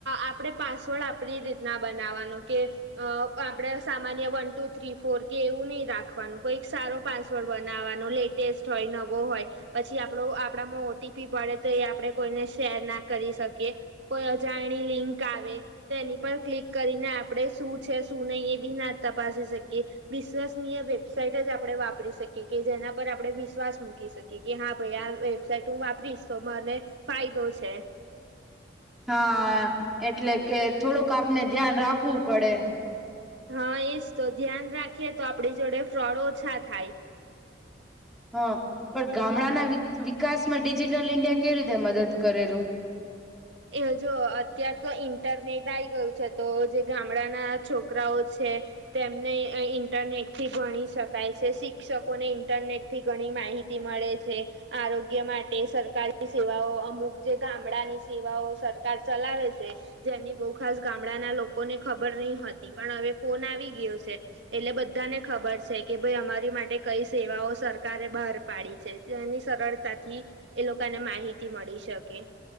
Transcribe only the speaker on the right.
આપણે પાસવર્ડ આપણી રીતના બનાવવાનો કે અ આપણેે સામાન્ય વન ટુ થ્રી ફોર કે એવું નહી રાખવાનું કઈક સારો પાસવર્ડ બનાવવાનો લેટેસ્ટ હોય નવો હોય. પછી આપણો આપણામાં ઓટીપી પડે તો એ આપણેે કોઇને શેર ના કરી શકીએ. કે કોઈ અજાણી લિંક આવે. તે એની પર ક્લિક કરીને આપણે શું છે શું નહીં એ બી ના તપાસી શકીએ. વિશ્વસનીય વેબસાઇટ જ આપણે વાપરી શકીએ કે જેના પર આપણે વિશ્વાસ મૂકી શકીએ. કે હા ભાઈ આ વેબસાાઈટ હું, વાપરીશ તો મને ફાયદો છે.
હા એજ તો ધ્યાન રાખીએ તો આપડી જોડે ફ્રોડ ઓછા થાય.
એ જો અત્યાર તો ઈન્ટરનેટ આઈ ગયું છે તો જે ગામડાના છોકરાઓ છે તેમને ઇન્ટરનેટ. થી ભણી શકાય છે, શિક્ષકોને ઇન્ટરનેટથી ઘણી માહિતી મળે છે. આરોગ્ય માટે સરકારી સેવાઓ અમુક જે ગામડાની સેવાઓ સરકાર ચલાવે છે. જેની બહુ ખાસ ગામડાના લોકોને ખબર નઇ હોતી પણ હવે ફોન આવી ગયો છે. એટલે બધાને ખબર છે કે ભઈ અમારી માટે કઈ સેવાઓ સરકારે બહાર પાડી છે. એની સરળતાથી એ લોકોને માહિતી મળી શકે.